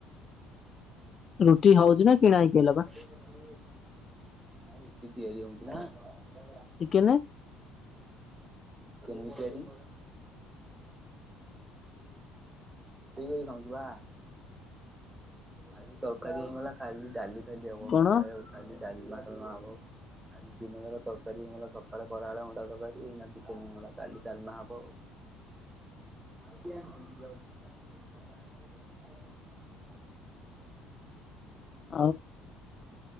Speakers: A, on the left (about 35°); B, on the right (about 15°).
A: ରୁଟି ହଉଛି ନା କିଣା ହେକିଲ ବା।
B: ନା ରୁଟି ତିଆରି ହଉଚି ନା। ଚିକେନ
A: ଚିକେନ
B: ବିି ତିଆରି। ରୋଷେଇ କରି ଖାଉଁଚୁ ଆ ଆଜି ତରକାରୀ ହେଇଗଲା। କାଲି ଡ଼ାଲି ଫାଲି ହବ
A: କଣ
B: ସକାଳେ କାଲି ଡାଲି ଭାତ ହବ। ଆଜି ଦିନ ଯାକ ତରକାରୀ ଇଙ୍ଗ ସକାଳେ ଖରାଏଳେ ଅଣ୍ଡା ତରକାରୀ ଏଇନେ ଚିକେନ ହେଇଗଲା କାଲି ଡ଼ାଲମା ହବ ଆଉ।
A: <inaudible>
B: <unintelligible>
A: ଆଉ